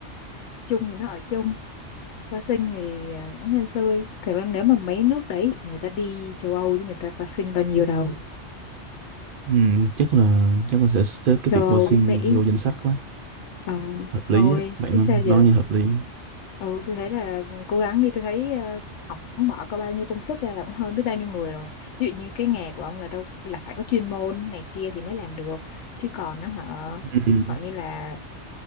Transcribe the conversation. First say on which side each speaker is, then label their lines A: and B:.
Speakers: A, on the left; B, on the right.
A: Trung thì nó ở Trung qua sinh thì ờ, cũng hên xui thực ra nếu mà mấy nước đấy thì người ta đi châu Âu chứ người ta qua sinh bao nhiêu đâu
B: ừ, chắc là chắc là sẽ xếp cái
A: châu
B: việc qua
A: Âu
B: sinh
A: với Mỹ
B: vô danh sách quá
A: ờ
B: hợp lý
A: thôi
B: á bạn
A: biết
B: nói,
A: sao giờ
B: nói nghe hợp lý
A: Ừ, tôi thấy là ừ, cố gắng đi, tôi thấy ờ, học cũng bỏ có bao nhiêu công sức ra là cũng hơn biết bao nhiêu người rồi. Ví dụ như cái nghề của ông là đâu là phải có chuyên môn này kia thì mới làm được, chứ còn nó họ
B: ừ,
A: gọi như là